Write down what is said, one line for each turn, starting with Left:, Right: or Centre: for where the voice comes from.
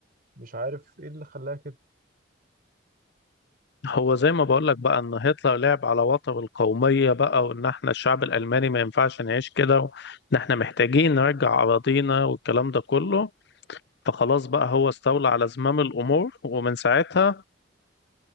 Right: مش عارف ايه اللي خلاها كده
Left: هو زي ما بقول لك بقى ان هتلر لعب على وتر القومية بقى وان احنا الشعب الالماني ما ينفعش نعيش كده وان احنا محتاجين نرجع اراضينا والكلام ده كله فخلاص بقى هو استولى على زمام الامور ومن ساعتها